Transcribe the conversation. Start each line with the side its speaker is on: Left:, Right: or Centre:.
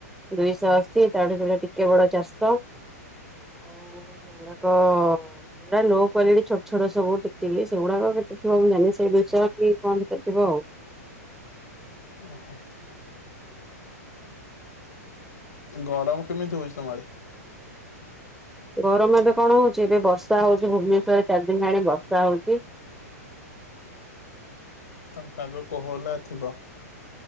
Centre: ଦୁଇଶଅଶୀ। ତାପରେ ଯୋଉଡା ଟିକେ ବଡ ଚାରଶ। ଆଉ ସେଉଡାକ ଯୋଉଡା ଲୋ କ୍ଵାଲିଟି ଛୋଟ ଛୋଟ ସବୁ ଟିକ୍ ଟିକ୍ ସେଗୁଡାକ କେତେ ଥିବ ମୁଁ ଜାଣିନି। ସେଇ ଦୁଇଶ କି କମ ଭିତରେ ଥିବ ଆଉ।
Left: ଓ, ହଁ। ଗରମ କେମିତି ହଉଛି ତୋମ ଆଡେ?
Centre: ଗରମ ଏବେ କଣ ହଉଛି, ଏବେ ବର୍ଷା ହଉଚି। ଭୁବନେଶ୍ଵରରେ ଚାରିଦିନ ହେଲାଣି ବର୍ଷା ହଉଚି।
Left: ତାନ ପାଗ କୋହଲା ଥିବ?